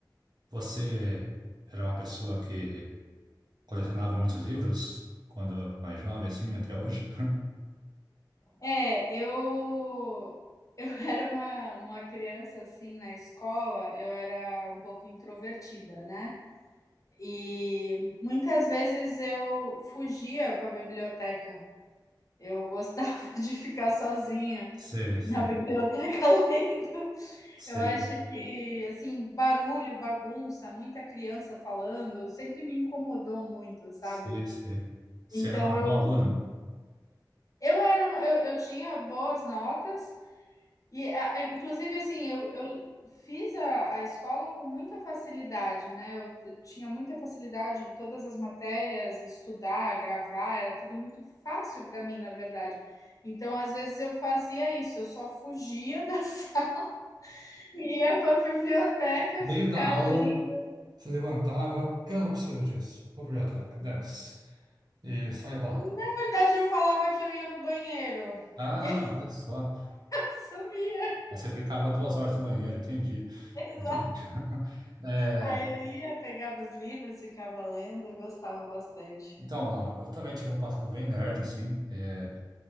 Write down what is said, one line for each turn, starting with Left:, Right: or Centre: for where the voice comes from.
Right: você era uma pessoa que colecionava muitos livros quando mais jovem, assim, até hoje. <laughs>
Left: É, eu eu <laughs> era uma uma criança, assim, na escola, eu era um pouco introvertida, né, e muitas vezes eu fugia para a biblioteca. Eu gostava <laughs> de ficar sozinha
Right: Sei, sei,
Left: na biblioteca <laughs> lendo.
Right: sei,
Left: Eu acho que, assim, barulho, bagunça, muita criança falando, sempre me incomodou muito, sabe.
Right: sei, sei. Você
Left: Então
Right: era uma boa
Left: eu
Right: aluna?
Left: eu era uma eu eu tinha boas notas, E a a inclusive, assim, eu eu fiz a a escola com muita facilidade, né, eu eu tinha muita facilidade em todas as matérias, em estudar, gravar, era tudo muito fácil para mim, na verdade. Então, às vezes, eu fazia isso, eu só fugia da <laughs> sala e ia para a biblioteca
Right: Meio
Left: ficar
Right: da aula,
Left: lendo.
Right: se levantava, eu não preciso disso. Vou pra biblioteca, dane E só ia pra
Left: Na
Right: lá.
Left: verdade, eu falava que eu ia no banheiro
Right: Ah,
Left: e <laughs> eu
Right: olha só.
Left: sumia.
Right: Aí você ficava duas horas no banheiro, entendi.
Left: Exato.
Right: Muito bem. <laughs> É,
Left: Aí eu ia, pegava os livros, ficava lendo, eu gostava bastante.
Right: então, Laura, eu também tive um passado bem nerd, assim. É,